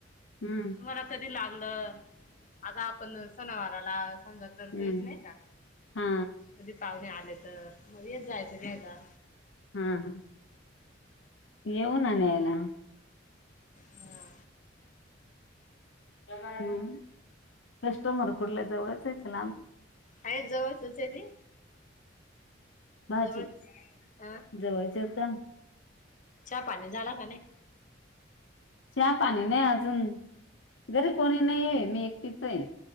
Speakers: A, on the left; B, on the left.
A: हम्म
B: मला कधी लागलं आता आपण सणावाराला समजा करतोयच
A: हम्म
B: नाही का
A: हा
B: कधी पाहुणे आले तर मग येत जायचं घ्यायला
A: हा हा येऊ ना न्यायला
B: हा
A: हम्म कस्टमर कुठलं जवळच हायत का लांबच?
B: हाय जवळचच हाय ती
A: भाजी
B: जवळ हह
A: जवळचे आहेत का?
B: च्या पाणी झाला का नाही?
A: चहा-पाणी नाही अजून घरी कोणी नाही मी एकटीच आहे.